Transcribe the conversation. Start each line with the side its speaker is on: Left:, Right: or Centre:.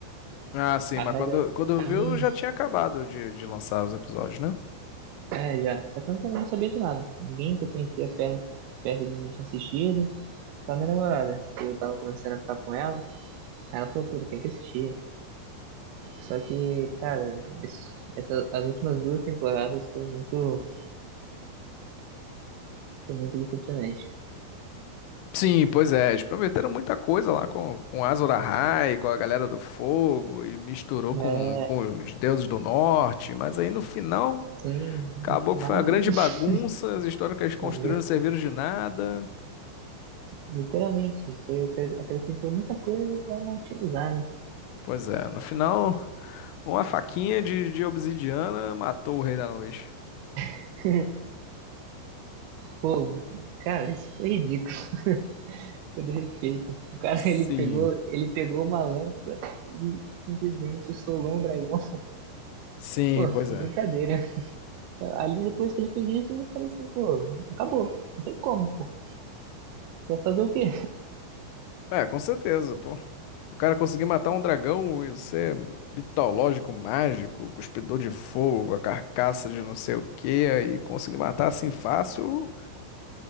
Left: Ah, sim,
Right: Ah,
Left: mas
Right: mas
Left: quando,
Right: é,
Left: quando
Right: pra
Left: viu
Right: mim,
Left: já tinha acabado de, de lançar os episódios, né?
Right: é, já. Só que eu não sabia de nada. Ninguém que eu conhecia perto, perto de mim tinha assistido. Só minha namorada. Eu tava começando a ficar com ela. Aí ela falou, pô, tu tem que assistir. Só que, cara, esse- essa, as últimas duas temporadas foi muito, foi muito decepcionante.
Left: Sim, pois é, eles prometeram muita coisa lá com, com Azor Ahai, com a galera do fogo, e misturou
Right: É,
Left: com, com os deuses do norte, mas aí no final
Right: sim,
Left: acabou
Right: no final,
Left: que foi uma grande
Right: <laughs>
Left: bagunça, as histórias que eles construíram
Right: mas,
Left: não serviram de nada.
Right: literalmente, foi, acre- acrescentou muita coisa pra não utilizar, né?
Left: Pois é, no final, uma faquinha de, de obsidiana matou o Rei da Noite.
Right: <laughs> Pô, cara, isso foi ridículo, <laughs> com todo respeito. O cara,
Left: Sim,
Right: <laughs> ele pegou, ele pegou uma lança e simplesmente solou um dragão.
Left: sim,
Right: Pô,
Left: pois é.
Right: brincadeira. Ali depois que ele fez isso, eu falei assim, pô, acabou. Não tem como, pô. Vai fazer o quê?
Left: É, com certeza, pô. O cara conseguir matar um dragão e ser mitológico, mágico, cuspidor de fogo, a carcaça de não sei o quê, aí conseguir matar assim fácil,